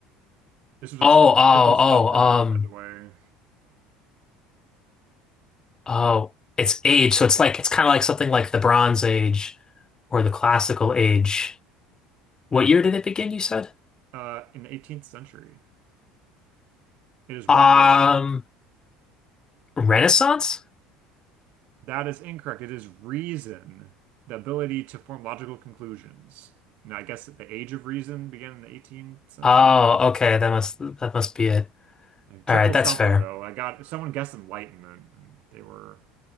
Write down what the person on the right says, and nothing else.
This was
a tri
triple stumper,
by the way.
Uh, in the 18th century, it is one
word.
That is incorrect. It is reason, the ability to form logical conclusions. And I guess the age of reason began in the 18th century.
A triple
stumper,
though. I got someone guessed enlightenment, and they were